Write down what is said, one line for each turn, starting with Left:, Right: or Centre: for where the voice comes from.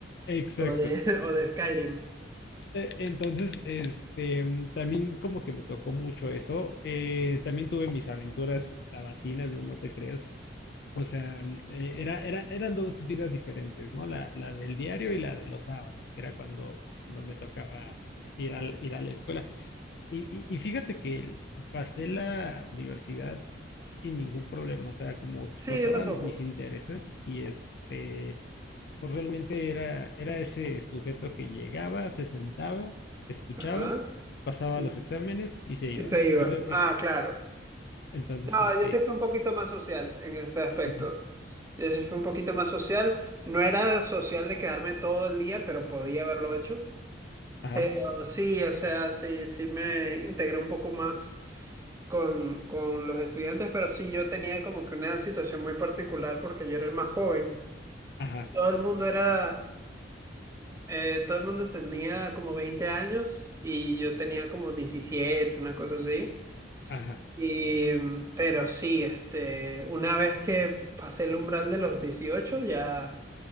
Left: exacto.
Right: o de, <laughs> o de Skyrim.
Left: E- Entonces, este, mm, también como que me tocó mucho eso, eh, también tuve mis aventuras sabatinas, no, no te creas, o sea, mm, eh, era, era, eran dos vidas diferentes, ¿no? La, la del diario y la de los sábados, que era cuando, cuando me tocaba ir a, ir a la escuela. Y, y- y fíjate que pasé la universidad sin ningún problema, o sea, como explotaba
Right: Sí, yo tampoco.
Left: mis intereses y este, pues realmente era, era ese sujeto que llegaba, se sentaba, escuchaba,
Right: Ajá.
Left: pasaba
Right: Y,
Left: los exámenes y se iba.
Right: y se iba.
Left: Eso es,
Right: Ah, claro.
Left: entonces,
Right: No,
Left: este,
Right: yo sí fui un poquito más social en ese aspecto.
Left: ujú,
Right: Yo sí fui un poquito más social. No era social de quedarme todo el día, pero podía haberlo hecho.
Left: ajá,
Right: Pero sí, o sea, sí, sí me integré un poco más con, con los estudiantes, pero sí yo tenía como que una situación muy particular porque yo era el más joven.
Left: ajá,
Right: Todo el mundo era, eh, todo el mundo tenía como 20 años y yo tenía como 17 una cosa así.
Left: ajá,
Right: Y, mm, pero sí, este, una vez que pasé el umbral de los 18 ya,